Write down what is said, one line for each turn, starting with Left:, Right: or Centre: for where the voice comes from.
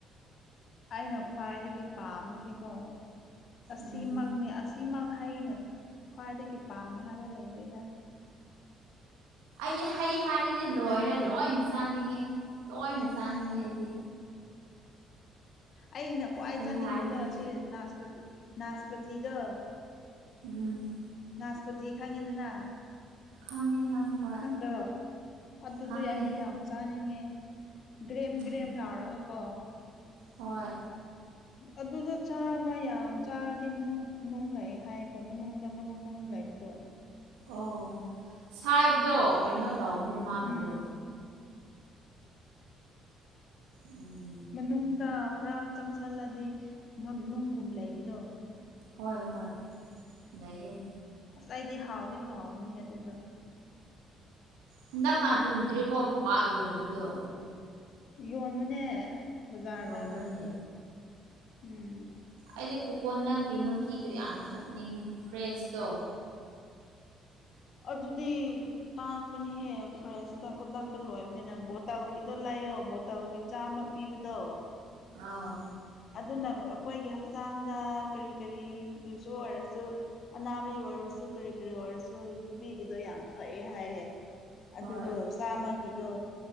Left: ꯑꯩꯅ ꯈ꯭ꯋꯥꯏꯗꯒꯤ ꯄꯥꯝꯕꯗꯤꯀꯣ ꯑꯁꯤꯃꯛꯅꯤ
Right: ꯎꯝ
Left: ꯑꯁ ꯁꯤꯃꯛ ꯑꯩꯅ ꯈ꯭ꯋꯥꯏꯗꯒꯤ ꯄꯥꯝꯃꯦ ꯍꯥꯏꯕ ꯂꯩꯗꯦꯗ
Right: ꯑꯩꯗꯤ ꯍꯩ ꯍꯥꯏꯔꯗꯤ ꯂꯣꯏꯔꯦ
Left: ꯅꯪꯗꯤ
Right: ꯂꯣꯏ ꯆꯥꯅꯤꯡꯉꯦ ꯂꯣꯏꯅ ꯆꯥꯅꯤꯡꯉꯦ ꯑꯩꯗꯤ
Left: ꯑꯩꯅ ꯈ꯭ꯋꯥꯏ
Right: ꯍꯩ
Left: ꯆꯥꯅꯤꯡꯕꯗ
Right: ꯍꯥꯏꯔꯗꯤ
Left: ꯁꯤ ꯅꯥꯁꯄꯇꯤ ꯅꯥꯁꯄꯇꯤꯗ
Right: ꯎꯝ
Left: ꯅꯥꯁꯄꯇꯤ ꯈꯪꯉꯦꯗꯅ
Right: ꯈꯪꯉꯦ ꯈꯪꯉꯦ ꯍꯣꯏ
Left: ꯈꯪꯗ꯭ꯔꯣ ꯑꯗꯨꯗꯤ
Right: ꯈꯪꯉꯦ
Left: ꯑꯩꯗꯤ ꯌꯥꯝ ꯆꯥꯅꯤꯡꯉꯦ ꯒ꯭ꯔꯦꯝ
Right: ꯎꯝ
Left: ꯒ꯭ꯔꯦꯝ ꯂꯥꯎꯔꯒ ꯀꯣ
Right: ꯍꯣꯏ
Left: ꯑꯗꯨꯗ ꯆꯥꯕ ꯌꯥꯝ ꯆꯥꯔꯗꯤ ꯅꯨꯡ ꯅꯨꯡ ꯂꯩ ꯍꯥꯌꯦꯀꯣ ꯃꯅꯨꯡꯗ ꯃꯔꯨ ꯃꯔꯨꯝ ꯂꯩꯕꯗꯣ
Right: ꯑꯣ ꯁꯥꯏꯕꯗꯣ ꯀꯩꯅꯣ ꯇꯧꯕꯅꯦ ꯃꯥꯒꯤꯗꯣ
Left: ꯎꯝ
Right: ꯎꯝ
Left: ꯃꯅꯨꯡꯗ ꯈꯔ ꯆꯪꯁꯜꯂꯗꯤ ꯅꯨꯡꯒꯨꯝ ꯂꯩꯕꯗꯣ
Right: ꯍꯣꯏ ꯍꯣꯏ ꯂꯩꯌꯦ
Left: ꯑꯁ ꯑꯩꯗꯤ ꯍꯥꯎꯗꯤ ꯍꯥꯎꯕꯅꯤꯍꯦ ꯑꯗꯨꯗꯣ
Right: ꯍꯟꯗꯛꯀꯥꯟ ꯎꯗ꯭ꯔꯦꯀꯣ ꯄꯥꯛ ꯌꯣꯟꯕꯗꯣ
Left: ꯌꯣꯟꯕꯅꯦ ꯕꯖꯥꯔꯗ
Right: ꯌꯣꯟꯕ꯭ꯔꯅꯦ
Left: ꯎꯝ
Right: ꯑꯩꯗꯤ ꯀꯣꯀꯣꯅꯠꯀꯤ ꯃꯍꯤꯗꯣ ꯌꯥꯝ ꯊꯛꯅꯤꯡꯉꯦ ꯐ꯭ꯔꯦꯁꯇꯣ
Left: ꯑꯗꯨꯗꯤ ꯇꯥꯡꯕꯅꯤꯍꯦ ꯐ꯭ꯔꯦꯁꯇ ꯈꯨꯗꯛꯇ ꯂꯣꯏꯕꯅꯤꯅ ꯕꯣꯇꯜꯒꯤꯗ ꯂꯩ ꯌꯣ ꯕꯣꯇꯜꯒꯤ ꯆꯥꯝꯃ ꯄꯤꯕꯗꯣ
Right: ꯑꯧ
Left: ꯑꯗꯨꯅ ꯑꯩꯈꯣꯏꯒꯤ ꯍꯛꯆꯥꯡꯗ ꯀꯔꯤ ꯀꯔꯤꯒꯤꯁꯨ ꯑꯣꯏꯔꯁꯨ ꯑꯅꯥꯕꯤ ꯑꯣꯏꯔ ꯁꯨ ꯀꯔꯤ ꯀꯔꯤ ꯑꯣꯏꯔꯁꯨ ꯌꯨꯄꯤꯒꯤꯗꫭ ꯌꯥꯝ ꯐꯩꯌꯦ ꯍꯥꯏꯌꯦ
Right: ꯍꯣꯏ
Left: ꯑꯗꯨꯗꯣ ꯆꯥꯝꯃꯒꯤꯗꯣ